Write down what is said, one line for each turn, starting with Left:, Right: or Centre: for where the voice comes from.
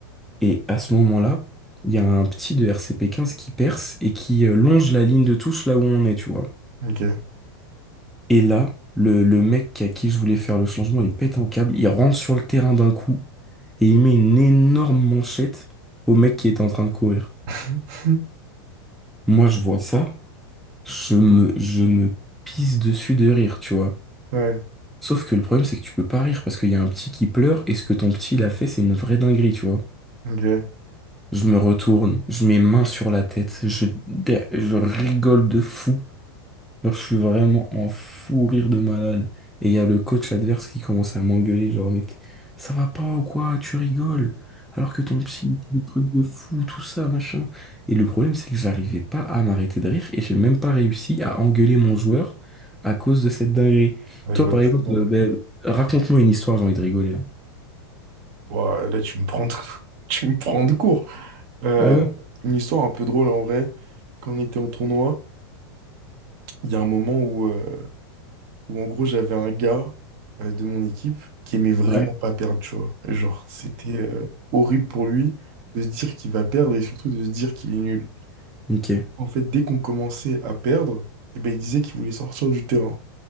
Centre: Et à ce moment-là, il y a un petit de rcp quinze qui perce et qui euh, longe la ligne de touche là où on est, tu vois.
Right: Ok.
Centre: Et là, le, le mec à qui je voulais faire le changement, il pète un câble, il rentre sur le terrain d'un coup et il met une énorme manchette au mec qui était en train de courir.
Right: <laughs>
Centre: Moi, je vois ça, je me, je me pisse dessus de rire, tu vois.
Right: Ouais,
Centre: Sauf que le problème, c'est que tu peux pas rire parce qu'il y a un petit qui pleure et ce que ton petit, il a fait, c'est une vraie dinguerie, tu vois.
Right: ok.
Centre: Je me retourne, je mets main sur la tête, je, dé- je rigole de fou. Genre, je suis vraiment en fou rire de malade. Et il y a le coach adverse qui commence à m'engueuler, genre, mais t- ça va pas ou quoi, tu rigoles. Alors que ton psy, il dit des trucs de fou, tout ça, machin. Et le problème, c'est que j'arrivais pas à m'arrêter de rire et j'ai même pas réussi à engueuler mon joueur à cause de cette dinguerie.
Right: Ouais,
Centre: Toi,
Right: je vois
Centre: par
Right: très
Centre: exemple,
Right: bien.
Centre: euh, ben, raconte-moi une histoire, j'ai envie de rigoler, là.
Right: Ouah, là, tu me prends de... <laughs> tu me prends de court. Euh,
Centre: Ah ouais?
Right: une histoire un peu drôle en vrai. Quand on était en tournoi, il y a un moment où, euh, où en gros, j'avais un gars euh, de mon équipe qui aimait vraiment
Centre: Ouais.
Right: pas perdre, tu vois. Genre, c'était euh, horrible pour lui de se dire qu'il va perdre et surtout de se dire qu'il est nul.
Centre: Ok.
Right: En fait, dès qu'on commençait à perdre, eh ben, il disait qu'il voulait sortir du terrain.